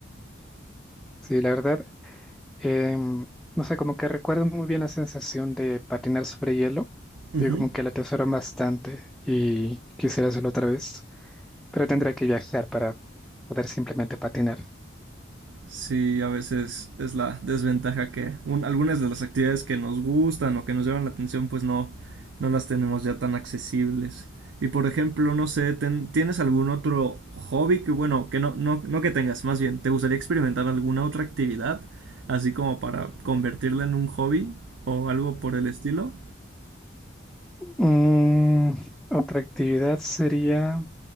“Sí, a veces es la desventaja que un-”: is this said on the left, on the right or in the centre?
Right